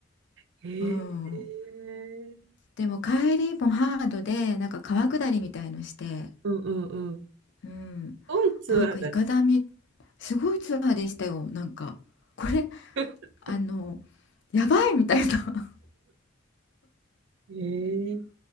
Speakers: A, on the right; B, on the left.
A: いえ
B: うん。
A: ー、
B: でも帰りもハードで、なんか川下りみたいのして、
A: うんうんうん。
B: うん。
A: ドイツはだ。
B: なんかいかだみ、すごいツアーでしたよ。なんか、これ、
A: <laughs>
B: あの、やばいみたいな。
A: えー、